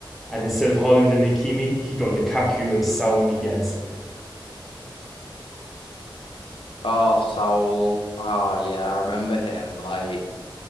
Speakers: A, in the centre; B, on the left.
A: And instead of Holland and Hakimi, he got Lukaku and Saul Niguez.
B: Oh, Saul. Oh yeah, I remember him. Like